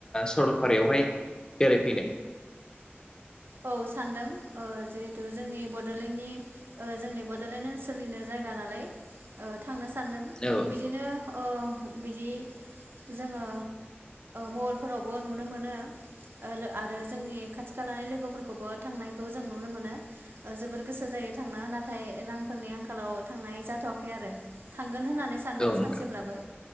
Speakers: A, on the left; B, on the right.
A: सरलपारायावहाय बेरायफैनो
B: औ सानदों जिहेतु जोंनि बड'लेण्डनि जोंनि बड'लेण्ड ओनसोलनिनो जायगा नालाय थांनो सानदों
A: औ
B: बिदिनो बिदि जोङो मबाइलफोरावबो नुनो मोनो आरो जोंनि खाथि खालानि लोगोफोर फोरखौबो थांनायखौ जों नुनो मोनो जोबोर गोसो जायो थांनो नाथाय रांफोरनि आंखालाव थांनाय जाथ'वाखै आरो थांगोन होननानै सानदों
A: नोंथां
B: सानसेब्लाबो